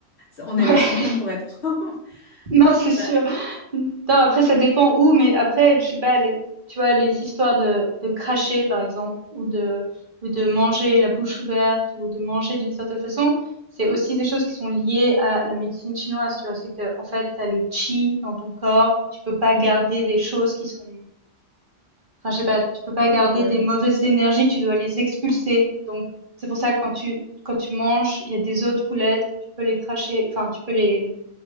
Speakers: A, on the left; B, on the right.
A: on est
B: <laughs>
A: les champions pour être propre. <laughs>
B: <laughs> Non, c'est sûr.
A: Bah,
B: Non, après, ça dépend où, mais après, je sais pas, les- tu vois, les histoires de, de cracher, par exemple, ou de, ou de manger la bouche ouverte, ou de manger d'une certaine façon, c'est aussi des choses qui sont liées à la médecine chinoise, tu vois. C'est que, en fait, t'as le qi dans ton corps, tu peux pas garder des choses qui sont, enfin, je sais pas, tu peux pas garder
A: ouais,
B: des mauvaises énergies, tu dois les expulser. Donc, c'est pour ça que quand tu, quand tu manges, il y a des os de poulet, tu peux les cracher, enfin, tu peux les,